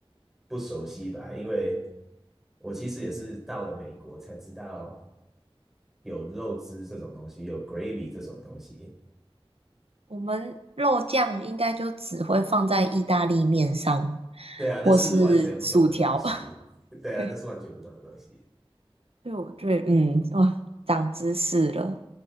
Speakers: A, in the centre; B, on the right (about 80°).
A: 不熟悉吧，因为我其实也是到了美国才知道有肉汁这种东西，有 gravy 这种东西。
B: 我们肉酱应该就只会放在意大利面上，
A: 对啊，
B: 或是薯条。
A: 那是完全不同的东西。
B: <laughs>
A: <laughs> 对啊，
B: 对，
A: 那是完全不同的东西，
B: 所以我觉得嗯，哇，长知识了。